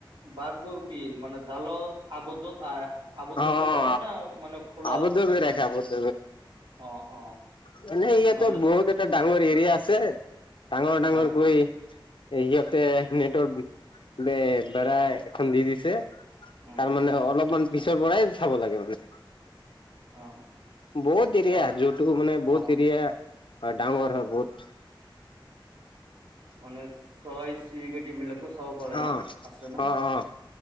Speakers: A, on the right (about 80°); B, on the left (about 75°).
A: বাঘবোৰ কি মানে জালৰ আৱদ্ধ আহ আৱদ্ধ
B: অ অ
A: কৰি ৰাখে না মানে খোলা
B: আবদ্ধ কৰি ৰাখে আবদ্ধ
A: অ অ
B: মানে ইয়াতো
A: নহ'লে
B: বহুত এটা ডাঙৰ এৰিয়া আছে ডাঙৰ ডাঙৰ
A: হয়
B: কৈ সিহঁতে নেটৱৰ্ ব বে় এখন দি দিছে
A: উম
B: তাৰ মানে অলপমান পিছৰ পৰাই চাব লাগে মানে
A: অ
B: বহুত এৰিয়া
A: তাত
B: যোটো মানে বহুত
A: বাহ
B: এৰিয়া ডাঙৰ হয় বহুত
A: মানে চৰাই চিৰিকতি বিলাক চাব পাৰে
B: অ',
A: ন আছে ন
B: অ', অ',